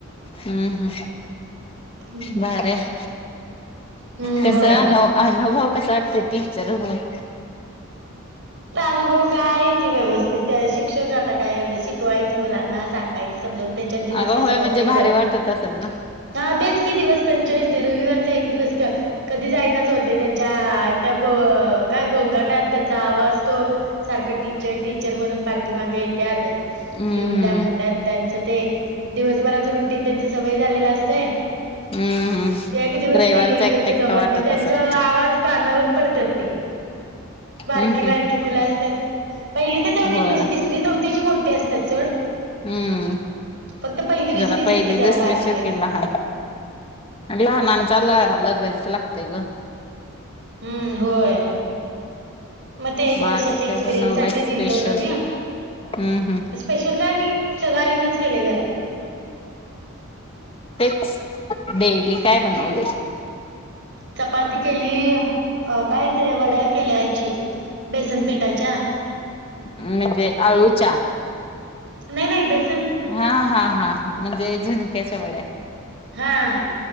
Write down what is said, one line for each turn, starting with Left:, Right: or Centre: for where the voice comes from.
Left: हम्म, हम्म
Right: हम्म
Left: भारी हाय.
Right: हम्म
Left: कसा
Right: होय
Left: अनु, अनुभव कसा वाटत टीचर हुन.
Right: अनुभव काय, आहे की व्यवस्थित शिक्षक आता काय एवढं शिकवायचं मुलांना सांगायचं. समजून. त्यांच्यात दिवस
Left: अगं
Right: कसा
Left: होय
Right: जातोय
Left: म्हणजे भारी
Right: कळत
Left: वाटत
Right: नाही.
Left: असेल ना?
Right: हा तेच कि दिवस, त्यांच्याच ते रविवारचा एक दिवस क कधी जाईन असं होतय. त्यांच्या त्या गो काय गोंगाटात त्यांचा आवाज तो सारख टीचर, टीचर म्हणून पाठीमागे त्यातच,
Left: हम्म
Right: लिहून द्या म्हणत्यात त्यांच ते दिवसभराच रुटीन त्यचंच सवय झालेल असतय.
Left: हम्म हम्म
Right: एक दिवस
Left: रविवारच
Right: नाही गेले
Left: एकटं
Right: तर ते
Left: एकटं
Right: गमत
Left: वाटत
Right: नाही. त्यांचा
Left: असेल?
Right: आवाज कानावर पडत्यात ती बारकी,
Left: हम्म हम्म
Right: बारकी असत्यात, पहिली तर चौथी
Left: होय
Right: म्हणजे तिसरी चौथीची मोठी असत्यात सोड.
Left: हम्म
Right: फक्त पहिली, दुसरीचच
Left: जरा पहिली
Right: की जरा
Left: दुसरी
Right: बारकी
Left: शिकेल
Right: -बारखी.
Left: लहान. लहानांचा लळा लगायच लागतेय ग.
Right: हम्म होय. मग ते एक वर्षाच्या
Left: आज
Right: एक्सपिरियन्स
Left: काय बनवलाय
Right: साठी
Left: स्पेशल?
Right: दिलंत हो त्यांनी.
Left: हम्म, हम्म.
Right: स्पेशल काय नाही, सगळं आईनच केलंय घरात.
Left: तेच बेबी काय बनवलय.
Right: चपाती केली, अ काय ते वड्या केल्या ह्याची बेसनपीठाच्या.
Left: म्हणजे आळुच्या?
Right: नाही, नाही बेस
Left: हा, हा, हा म्हणजे झुणक्याच्या वड्या.
Right: हा.